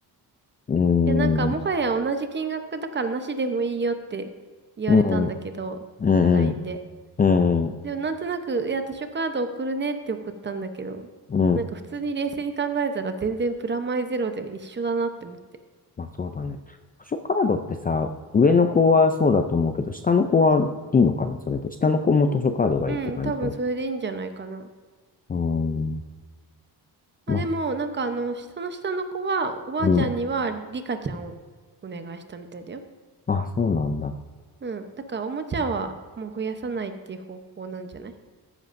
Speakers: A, on the left; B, on the right.
A: うー
B: いや、なんか、もはや同じ金額だからなしでもいいよって言われたんだけど、
A: ん、うん、うん、
B: LINE で。
A: うん、う
B: でも、なんとなく、いや、図書カード送るねって送ったんだけど、
A: ん。
B: なんか、普通に冷静に考えたら全然プラマイゼロで一緒だなって思って。
A: まあ、そうだね。図書カードってさ、上の子はそうだと思うけど、下の子はいいのかな、それで。下の子も図書カードがいいって感じの。
B: うん、多分それでいいんじゃないかな。
A: うーん。
B: まあ、
A: まあ、
B: でも、なんかあの、その下の子は、おばあちゃんには、
A: うん。
B: リカちゃんをお願いしたみたいだよ。
A: あ、そうなんだ。
B: うん。だから、おもちゃはもう増やさないっていう方法なんじゃない